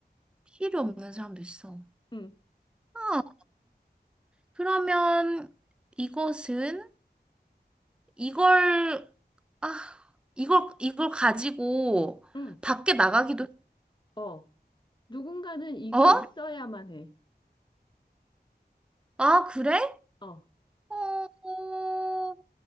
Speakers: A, in the centre; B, on the left.
A: 필요 없는 사람도 있어.
B: 응,
A: 아, 그러면 이것은 이걸 아 이걸 이걸 가지고
B: 응,
A: 밖에 나가기도
B: 어. 누군가는 이게
A: 어?
B: 있어야만 해.
A: 아 그래?
B: 어,
A: 어, 어,